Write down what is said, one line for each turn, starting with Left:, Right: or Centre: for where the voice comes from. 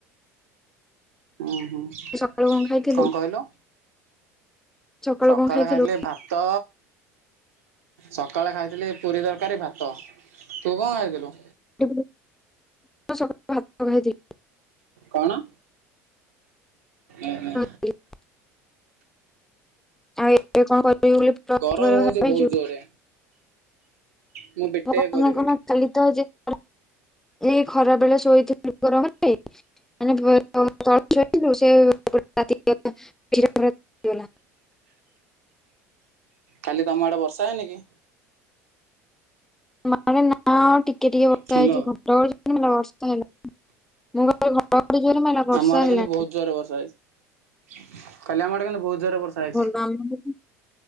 Right: ଉଁ ହୁଁ।
Centre: ଆଜି ସକାଳୁ କଁ ଖାଇଥିଲୁ।
Right: କଣ କହିଲୁ?
Centre: ସକାଳୁ
Right: ସକାଳେ
Centre: କଣ ଖାଇଥିଲୁ?
Right: ଖାଇଥିଲି ଭାତ। ସକାଳେ ଖାଇଥିଲି ପୁରୀ ତରକାରୀ ଭାତ ତୁ କଁ ଖାଇଥିଲୁ।
Centre: ମୁଁ ସକାଳେ ଭାତ ଖାଇଥିଲି।
Right: କଣ। ଉଁ ହୁଁ।
Centre: <unintelligible>
Right: ଗରମ ହଉଚି
Centre: ଭାବିଛୁ
Right: ବହୁତ ଜୋରରେ।
Centre: <unintelligible>
Right: ମୁଁ ବିଟେକ୍ କରିବି।
Centre: ଏଇ ଖରାବେଳେ ଶୋଇଥିଲି ଉପର ଘରେ। <unintelligible>
Right: କାଲି ତମ ଆଡେ ବର୍ଷା ହେଇନି କି।
Centre: ମାନେ ନା ଟିକେ ଟିକେ ବର୍ଷା
Right: ହ୍ୟାଲୋ
Centre: ହେଇଚି ଘୋଟଉଚି କିନ୍ତୁ ବର୍ଷା ହେଲାନି। ମୁଁ କହିଲି ଘଡ଼ ଘଡି ଜୋରରେ ମାଇଲା ବର୍ଷା
Right: ଆମ ଆଡେ
Centre: ହେଲାନି
Right: କିନ୍ତୁ ବହୁତ
Centre: କି
Right: ଜୋରରେ ବର୍ଷା ହେଇଚି, କାଲି ଆମ ଆଡେ କିନ୍ତୁ ବହୁତ ଜୋରରେ ବର୍ଷା ହେଇଛି।
Centre: ଆମର ବି।